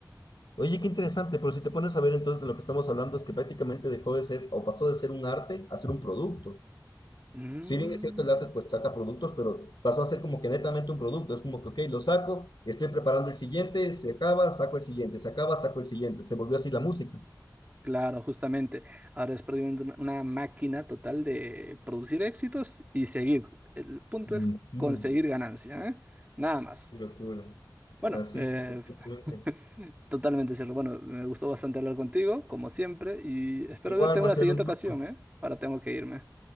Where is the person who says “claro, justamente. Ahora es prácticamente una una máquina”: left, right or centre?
Right